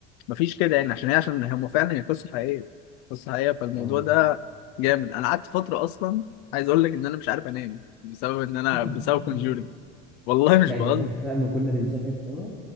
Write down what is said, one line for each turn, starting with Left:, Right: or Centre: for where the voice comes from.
Left: مفيش كده يعني عشان هي عشان هم فعلا هي قصه حقيقيه قصه حقيقيه فالموضوع
Centre: اه
Left: ده جامد انا قعدت فتره اصلا عايز اقول لك ان انا مش عارف انام بسبب ان انا
Centre: <laughs>
Left: بسبب كونجورينج والله مش
Centre: لا
Left: بهزر
Centre: انت فاتك بقى اما كنا بنسافر سوا